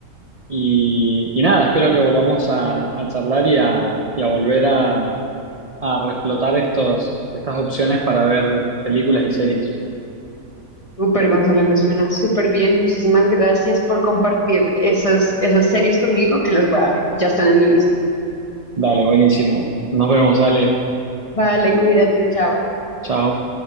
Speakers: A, on the right; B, on the left.
A: Y, y nada, espero que volvamos a, a charlar y a, y a volver a, a reflotar estos, estas opciones para ver películas y series.
B: Súper, Gonzalo, me suena súper bien. Muchísimas gracias por compartir esas, esas series conmigo que las voy a ver. Ya están en mi lista.
A: Dale, buenísimo. Nos vemos, Ale.
B: Vale, cuídate, chao.
A: Chao.